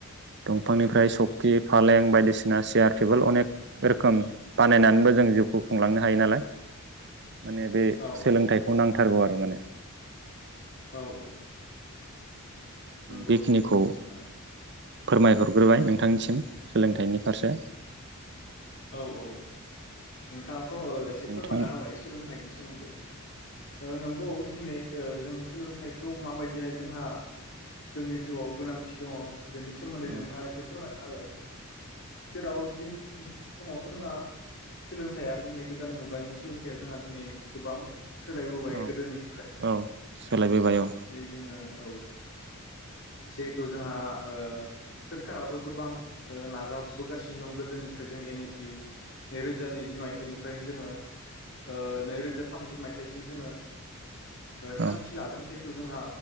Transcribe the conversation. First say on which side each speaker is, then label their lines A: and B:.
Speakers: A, on the right; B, on the left.
A: दंफांनिफ्राय सखि फालें बायदिसिना चियार टेबोल अनेक रोखोम बानायनानैबो जों जिउखौ खुंलांनो हायो नालाय।
B: <inaudible>
A: माने बे
B: औ
A: सोलोंथाइखौ नांथारगौ आरो माने
B: औ औ नंगौ
A: बेखिनिखौ
B: नोंथां ओ
A: फोरमायहरग्रोबाय नोंथांनिसिम सोलोंथाइनि फारसे।
B: औ औ नोंथाङाथ' एसे
A: नोंथां
B: फोरमायना होबाय सोलोंथाइनि सोमोन्दै। ओ नंगौ दिनै ओ जों सोलोंथाइखौ माबायदिहाय जोंहा जोंनि जिउआव गोनांथि दङ। बेनि सोमोन्दै
A: औ
B: नोंथाङा एसे फोरमायना हाबाय जेराव दि समावथ' जोंहा सोलोंथाया दिनै गोदान मुगानि सोलोंथाइया जोंहा दिनै गोबां सोलायबोबाय
A: औ
B: गोदोनिफ्राय
A: औ सोलायबोबाय औ।
B: दिनै जोङो औ जिहेथु जोंहा ओ सोरखाराबो गोबां ओ नाजाबोगासिनो दं गोदोनिफ्राय जों एन ए पि नैरोजा नैजि मायथाइनिफ्रायनो जोङो ओ नैरोजा थामजि मायथाइसिम जोङो ओ थांखि
A: औ
B: लादों जिहेथु जोंहा